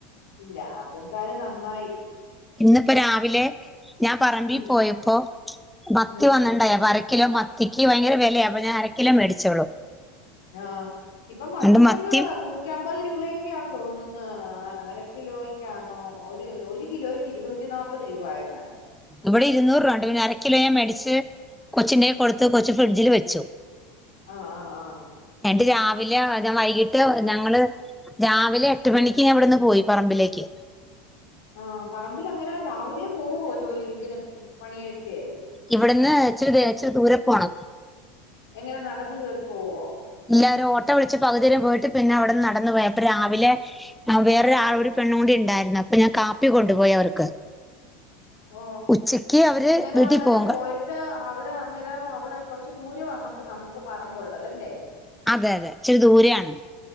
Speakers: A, on the left; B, in the centre.
A: ഇല്ല അതെന്തായാലും നന്നായി
B: ഇന്നിപ്പോ രാവിലെ ഞാൻ പറമ്പിൽ
A: ഉം
B: പോയപ്പോ മത്തി
A: ഉം
B: വന്നിണ്ടായി അര കിലോ മത്തിക്ക് ഭയങ്കര വിലയ അപ്പ ഞാൻ അര കിലോ മേടിച്ചോളൂ
A: ആ ഇപ്പ മത്തിക്കൊക്കെ
B: അണ്ട് മത്തി
A: നൂറ്റം അമ്പത് രൂപയൊക്കെയാ തോന്നുന്നത് അര കിലോക്കാന്നോ ഒരു കിലോയ്ക്ക് ഇരുന്നൂറ്റിനാപ്പത് പ്പത് രൂപയാങ്ങാണ്ട്
B: ഇവിടെ ഇരുന്നൂറ് രൂപുണ്ട് ഞാൻ അരക്കിലോ ഞാൻ മേടിച്ച് കൊച്ചിന്റെ കൊടുത്ത് കൊച്ച് ഫ്രിഡ്ജിൽ വെച്ചു ച്ചു
A: ആ ആ ആ
B: എന്നിട്ട് രാവിലെ ഞാൻ വൈകിട്ട് ഞങ്ങള് രാവിലെ എട്ട് മണിക്ക് ഞാൻ ഇവിടെന്ന് പോയി പറമ്പിലേക്ക്
A: ആ പറമ്പില് അന്നേരം രാവിലെ പോവോ ജോലി ഇതിന് പണിയൊക്കേ
B: ഇവിടുന്ന് ഇച്ചരി ഇച്ച ദൂരെ പോണം
A: എങ്ങനെ നടന്ന് കേറിപ്പോവോ
B: ഇല്ല ഒരു ഓട്ട വിളിച്ച് പകുതി വരെ പോയിട്ട് പിന്നെ അവിടുന്ന് നടന്നു പോയാ അപ്പൊ രാവിലെ വേറൊ ഒരു ആള്കൂടി പെണ്ണൂടി ഉണ്ടായിരുന്നു അപ്പൊ ഞാൻ കാപ്പി കൊണ്ടുപോയി അവർക്ക്
A: ഓ
B: ഉച്ചക്ക് അവര്
A: അന്നേരം
B: വീട്ടിൽ
A: അങ്ങനെ
B: പോകും
A: പോയിട്ട് അവിടെ അന്നേരം അവിടെ കുറച്ച് ദൂരം നമ്മുക്ക് നമുക്ക് പറമ്പുള്ളത് അല്ലെ
B: അതെ അതെ ഇച്ചിരി ദൂരെയാണ്